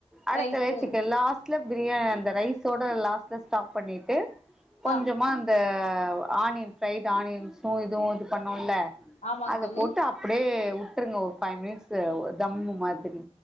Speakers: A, in the centre; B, on the left.
A: அடுத்த
B: rice
A: layer chicken last biryani அந்த ரைஸோட லாஸ்ல ஸ்டாப் பண்ணிட்டு கொஞ்சமா
B: ஆ
A: அந்த ஆநியன் பிரைட் ஆனியன்ஸ் இதுவு இது பண்ணோல
B: ஆமாங்க
A: அத
B: தோழி
A: போட்டு அப்பிடியே விட்டுருங்க ஒரு ஃபைவ் மினிட்ஸ் தம்மு மாதிரி